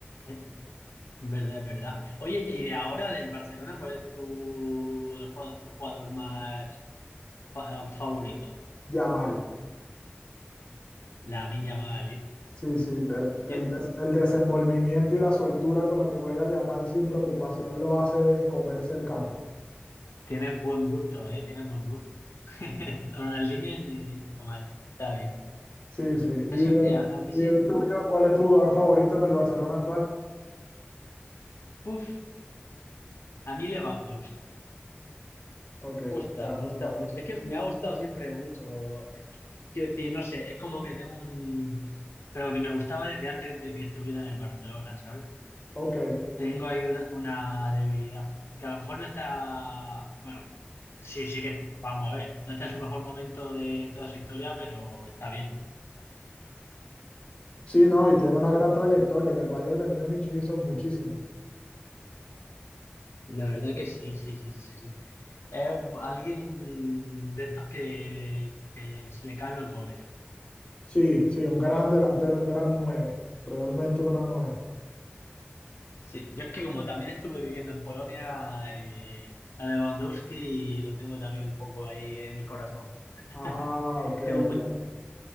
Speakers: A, on the left; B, on the left.
A: Eh, Verdad, es verdad. Oye, y de ahora del Barcelona, ¿cuál es tu, el jugador, tu jugador más fa- favorito?
B: Yamal.
A: La Yamal, ¿eh?
B: Sí, sí, el,
A: Tien-
B: el des- el desenvolvimiento y la soltura con la que juega Yamal sin preocupación lo hace comerse el campo.
A: Tienes buen gusto, ¿eh? Tienes buen gusto. <laughs> Ronaldinho y Yamal, está bien.
B: Sí, sí. ¿Y
A: El caso
B: el,
A: es que a, a mí
B: y
A: sí,
B: el tuyo? ¿Cuál es tu jugador favorito en el Barcelona actual?
A: puf, a mí Lewandowski.
B: Ok,
A: gusta,
B: gran
A: me gusta
B: jugador.
A: mucho. Es que me ha gustado siempre mucho. eh, qu- Quiero decir, no sé, es como que tengo un... Pero que me gustaba desde antes de que estuviera en el Barcelona, ¿sabes?
B: Ok.
A: Tengo ahí una, una debilidad, que a lo mejor no está... Bueno, sí, sí que, vamos a ver, no está en su mejor momento de toda su historia, pero está bien.
B: Sí, no, y tiene una gran trayectoria. En el Bayern de Múnich hizo muchísimo.
A: La verdad que sí, sí, sí, sí, sí. Es alguien de estos que, que se le caen los goles.
B: Sí, sí, un gran delantero, un gran nueve. Realmente un gran nueve.
A: Sí, yo es que como también estuve viviendo en Polonia, eh, a Lewandowski lo tengo también un poco ahí en el corazón. <laughs>
B: Ah, ok,
A: Tengo muy,
B: ya.